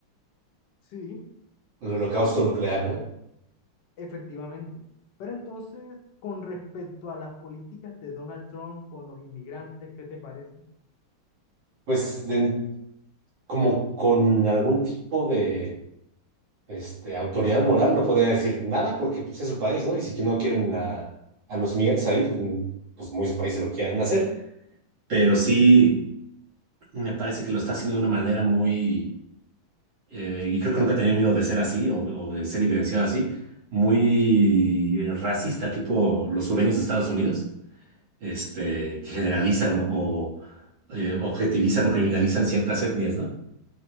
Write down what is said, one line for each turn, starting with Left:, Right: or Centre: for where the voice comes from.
Left: Sí,
Right: el holocausto
Left: pero entonces,
Right: nuclear, ¿no?
Left: efectivamente, pero entonces, con respecto a las políticas de Donald Trump con los inmigrantes, ¿qué te parece?
Right: Pues de- como con algún tipo de este, autoridad moral no podría decir nada porque pues, es su país, ¿no? Y si no quieren a, a los migrantes ahí, pues, mm, pues muy su país se lo quieran hacer. Pero sí, me parece que lo está haciendo de una manera muy, eh, y creo que nunca he tenido miedo de ser así o, o de ser evidenciado así, muy racista, tipo los sureños de Estados Unidos, este, que generalizan o, o, eh, objetivizan o criminalizan ciertas etnias, ¿no?